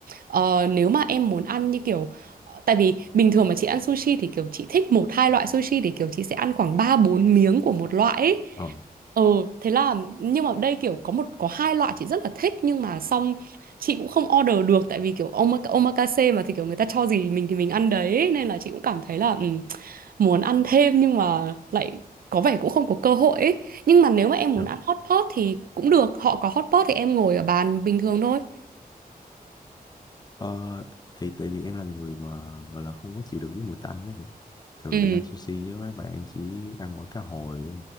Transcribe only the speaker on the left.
ờ
dạ.
Ờ, thì tại vì em là người mà gọi là không có chịu được với mùi tanh đó thì thường
đi ăn sushi với mấy bạn em chỉ ăn mỗi cá hồi